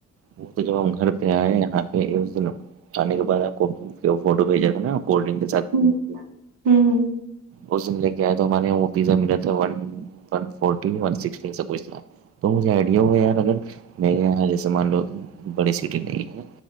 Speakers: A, on the right (about 50°); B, on the right (about 80°).
A: وہ تو جو ہم گھر پہ ائے ان پہ ایز ن آنے کے بعد آپ کو فوٹو بھیجا کولڈنگ
B: ہ ہوں ہوں
A: اس دن لے کے ایا تھا میں نے وہ پیزا ملا تھا one one forty one sixty ایسا کچھ تھا تو مجھے ائیڈیا ہوا یار اگر مے یہاں جیسے مان لو بڑی سیٹییں نہیں ہیں